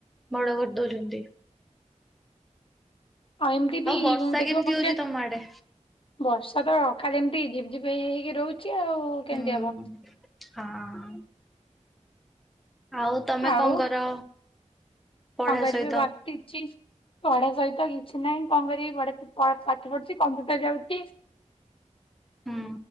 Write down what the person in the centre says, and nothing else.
ବଡ଼ କରି ଦଉଛନ୍ତି।
ବର୍ଷା
କେମିତି
ହଉଛି ତମ ଆଡେ?
ହୁଁ
ହଁ। ଆଉ ତମେ
କଣ କର? ପଢା
ସହିତ?
ହୁଁ